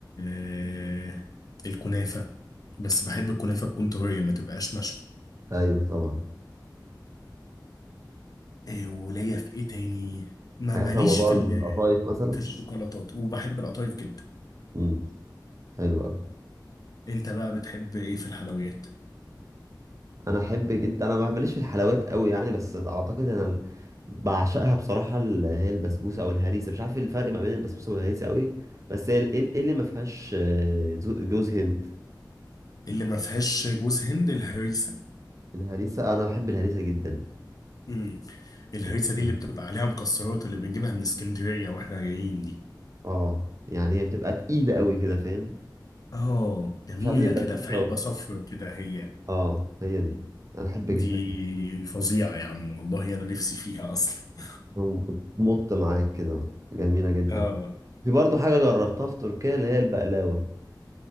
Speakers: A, on the left; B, on the right.
A: آه، الكنافة بس بحب الكنافة تكون طرية ما تبقاش ناشفة
B: أيوه طبعا
A: إيه وليا في ايه تاني ما
B: حاجات
A: ماليش
B: فيها موضوع
A: في
B: القطايف
A: ال-
B: مثلا
A: في الشوكولاتات وبحب القطايف جدا
B: امم حلو قوي
A: انت بقى بتحب ايه في الحلويات
B: انا احب جدا انا ما بمليش في الحلويات قوي يعني بس اعتقد انا ال- بعشقها بصراحه اللي هي البسبوسه او الهريسه مش عارف إيه الفرق ما بين البسبوسه والهريسه قوي بس هي ال- ايه إيه اللي ما فيهاش آه، زو- جوز هند
A: اللي ما فيهاش جوز هند الهريسه
B: الهريسه انا بحب الهريسه جدا
A: امم الهريسه
B: أموت فيها.
A: دي اللي بتبقى عليها مكسرات اللي بنجيبها من اسكندريه واحنا جايين دي
B: اه يعني هي بتبقى تقيله قوي كده فاهم
A: اه جميله
B: مش عارف ايه البسبوسه
A: كده في علبه صفرا كده هي
B: اه هي دي انا احب
A: دي
B: جدا
A: فظيعه يا عم والله انا نفسي فيها اصلا <laughs>
B: وبتمط معاك كده جميلة جدا
A: اه
B: في برضو حاجة جربتها في تركيا اللي هي البقلاوة